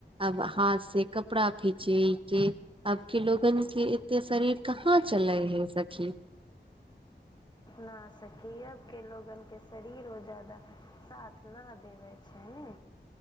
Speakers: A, on the right (about 30°); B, on the left (about 25°).
A: अब हाथ से कपड़ा फिचै के आब के लोगन के एते शरीर कहाँ चले हे सखी
B: न सकी अब के लोगन के शरीर ओ ज्यादा साथ नय देबै छै ने